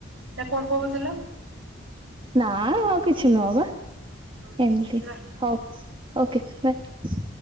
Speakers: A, on the right; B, on the right.
A: ନା କଣ କହୁଥିଲ?
B: ନାଁ ଆଉ କିଛି ନୁହଁ ବା
A: ହଁ
B: ଏମିତି
A: ରହ।
B: ହଉ। Okay bye.